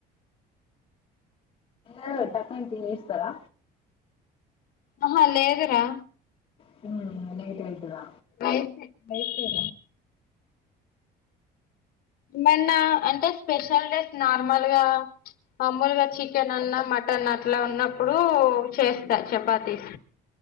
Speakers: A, on the left; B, on the left.
A: ఎ పక్కన టీ చేస్తారా
B: ఆహా లేదరా
A: హమ్ నైట్ అయితదా
B: <unintelligible> మైసూరా మొన్నా అంటే స్పెషల్ డేస్ నార్మల్గా మామూలుగా చికెన్ అన్నా మటన్ అట్లా ఉన్నప్పుడు చేస్తా చపాతీ